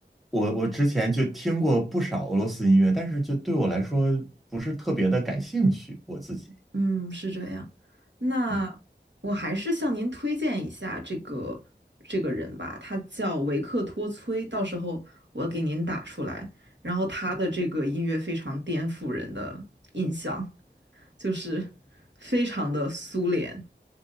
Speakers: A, in the centre; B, on the right (about 85°).
A: 我我之前就听过不少俄罗斯音乐，但是就对我来说不是特别的感兴趣，我自己。
B: 嗯，是这样。那我还是向您推荐一下这个这个人吧，
A: 嗯，
B: 他叫维克托崔，到时候我给您打出来。然后他的这个音乐非常颠覆人的印象，就是非常的苏联，